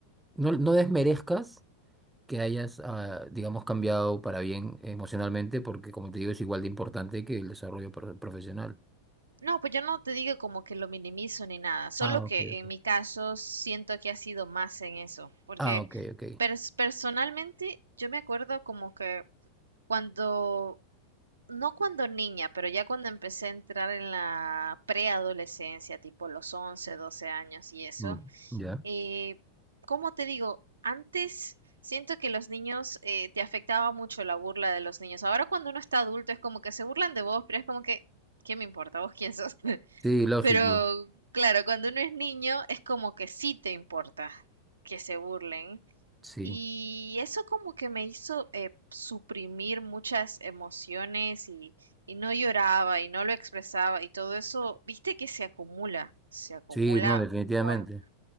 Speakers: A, in the centre; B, on the right (about 70°).
A: no, no desmerezcas que hayas, ah, digamos, cambiado para bien emocionalmente, porque como te digo, es igual de importante que el desarrollo pro- profesional.
B: No, pues yo no te digo como que lo minimizo ni nada, solo
A: Ah,
B: que
A: ok, ok.
B: en mi caso siento que ha sido más en eso, porque
A: Ah, ok, ok.
B: pers- personalmente yo me acuerdo como que cuando, no cuando niña, pero ya cuando empecé a entrar en la preadolescencia, tipo los 11, 12 años y eso,
A: Mm, ya.
B: eh, ¿cómo te digo? Antes siento que los niños eh, te afectaba mucho la burla de los niños. Ahora cuando uno está adulto es como que se burlan de vos, pero es como que, ¿qué me importa vos quién sos?
A: Sí, lógico.
B: Pero claro, cuando uno es niño es como que sí te importa que se burlen.
A: Sí.
B: Y eso como que me hizo eh, suprimir muchas emociones y, y no lloraba y no lo expresaba y todo eso, viste que se acumula, se acumula
A: Sí, no, definitivamente.
B: por